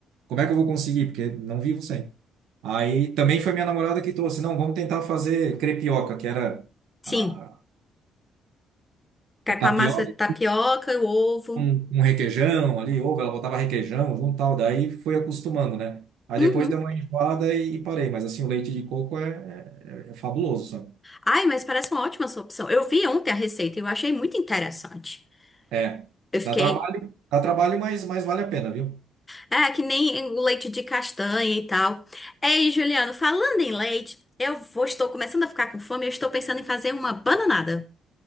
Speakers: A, on the right; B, on the left.
A: Como é que eu vou conseguir? Porque não vivo sem. Aí também foi minha namorada que trouxe, não, vamos tentar fazer crepioca, que era
B: sim.
A: a
B: Ficar
A: a tapioca
B: com a massa de tapioca, o ovo.
A: um, um requeijão ali, ovo, ela botava requeijão junto, tal, daí fui acostumando, né? Aí
B: Uhum.
A: depois deu uma enjoada e, e parei, mas assim, o leite de coco é, é, é fabuloso, sabe?
B: Ai, mas parece uma ótima sua opção. Eu vi ontem a receita e eu achei muito interessante.
A: É,
B: Eu fiquei
A: dá trabalho, dá trabalho, mas, mas vale a pena, viu?
B: É, que nem o leite de castanha e tal. Ei, Juliano, falando em leite, eu vou- estou começando a ficar com fome, e eu estou pensando em fazer uma bananada.